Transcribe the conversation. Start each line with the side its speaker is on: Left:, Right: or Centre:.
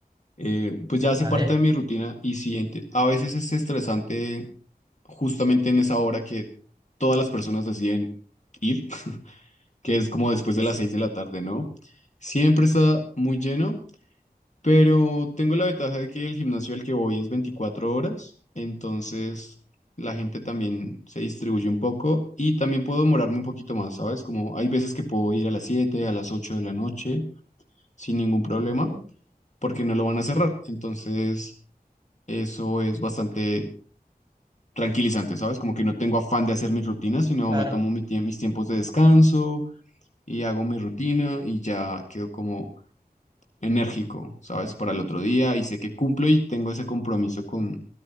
Left: eh, pues ya hace
Right: ¿Vale?
Left: parte de mi rutina y sí, enti- a veces es estresante justamente en esa hora que todas las personas deciden ir, <laughs> que es como después de
Right: Sí.
Left: las seis de la tarde, ¿no? Siempre está muy lleno, pero tengo la ventaja de que el gimnasio al que voy es 24 horas, entonces la gente también se distribuye un poco y también puedo demorarme un poquito más, ¿sabes? Como hay veces que puedo ir a las 7, a las 8 de la noche sin ningún problema,
Right: Ujú,
Left: porque no lo van a cerrar, entonces eso es bastante tranquilizante, ¿sabes? Como que no tengo afán de hacer mis rutinas, sino
Right: Claro.
Left: me tomo mi tie- mis tiempos de descanso y hago mi rutina y ya quedo como enérgico, ¿sabes? Para el otro día y sé que cumplo y tengo ese compromiso con,